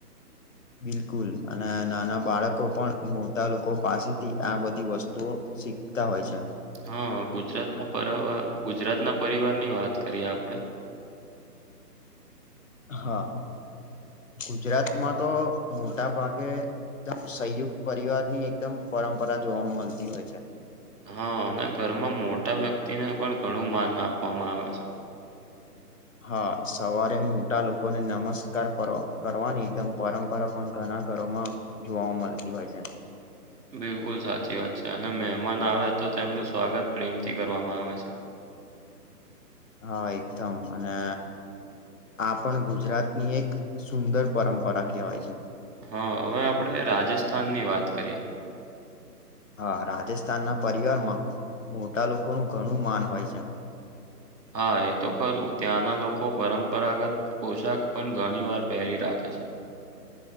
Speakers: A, on the left; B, on the right.
A: બિલકુલ અને નાના બાળકો પણ મોટા લોકો પાસેથી આ બધી વસ્તુઓ શીખતા હોય છે.
B: હા ગુજરાતના પરર ગુજરાતના પરિવાર ની વાત કરીએ આપડે
A: હા ગુજરાતમાં તો મોટા ભાગે એકદમ સંયુક્ત પરિવાર. ની એકદમ પરંપરા જોવા મળતી હોય છે
B: હા અને ઘરમાં મોટા વ્યક્તિને પણ ઘણું માન આપવામાં આવે છે.
A: હા સવારે મોટા લોકોને નમસ્કાર કરવાની એકદમ પરમ રા પણ ઘણા ઘરોમાં જોવાઓ મળતી હોય છે.
B: બિલકુલ સાચી વાત છે અને મહેમાન આવે તો તેમનું સ્વાગત પ્રેમથી કરવામાં આવે છે.
A: હા એકદમ અને આ પણ ગુજરાતની એક સુંદર પરંપરા કહેવાય છે.
B: હા હવે આપણેે રાજસ્થાનની વાત કરીયએ
A: હા રાજસ્થાન ના પરિવારમાં મોટા લોકો નું ઘણું માન હોય છે.
B: હા એ તો ખરું ત્યાંના લોકો પરંપરાગત-' પોશાક પણ ઘણી વાર પહેરી રાખે છે.